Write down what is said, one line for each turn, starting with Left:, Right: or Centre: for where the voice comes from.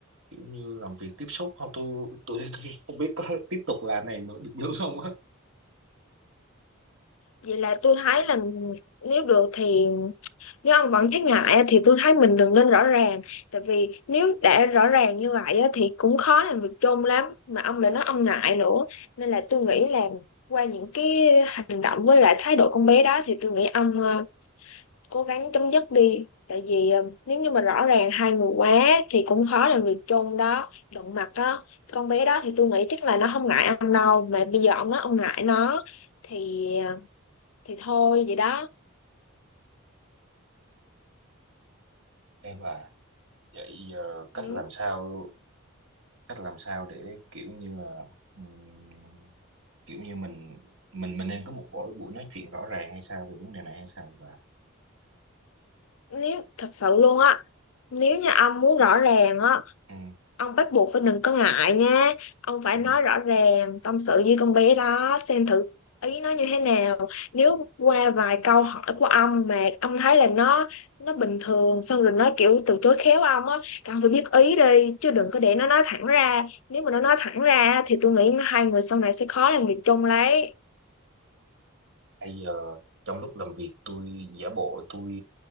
Right: kiểu như làm việc tiếp xúc không tôi tôi <laughs> tôi không biết có tiếp tục làm này nữa được nữa không á
Left: vậy là tôi thấy là nếu được thì nếu ông vẫn thấy ngại á, thì tôi thấy mình đừng nên rõ ràng tại vì nếu đã rõ ràng như vậy á, thì cũng khó làm việc chung lắm mà ông lại nói ông ngại nữa nên là tôi nghĩ là qua những cái hành động với lại thái độ con bé đó thì tôi nghĩ ông ờ, cố gắng chấm dứt đi tại vì ờ, nếu như mà rõ ràng hai người quá thì cũng khó làm việc chung đó đụng mặt á con bé đó thì tôi nghĩ chắc là nó không ngại ông đâu mà bây giờ ông nói ông ngại nó thì ờ, thì thôi vậy đó
Right: em à vậy ờ, cách
Left: ừ.
Right: làm sao cách làm sao để kiểu như là ừm, kiểu như mình mình mình nên có một buổi buổi nói chuyện rõ ràng hay sao về vấn đề này hay sao và
Left: nếu thật sự luôn á Nếu như ông muốn rõ ràng á,
Right: ừ,
Left: ông bắt buộc phải đừng có ngại nha. Ông phải
Right: ừ.
Left: nói rõ ràng, tâm sự với con bé đó, xem thử ý nó như thế nào. Nếu qua vài câu hỏi của ông mà ông thấy là nó nó bình thường, xong rồi nó kiểu từ chối khéo ông á, thì ông phải biết ý đi, chứ đừng có để nó nói thẳng ra. Nếu mà nó nói thẳng ra thì tôi nghĩ hai người sau này sẽ khó làm việc chung lấy.
Right: bây giờ trong lúc làm việc tôi giả bộ tôi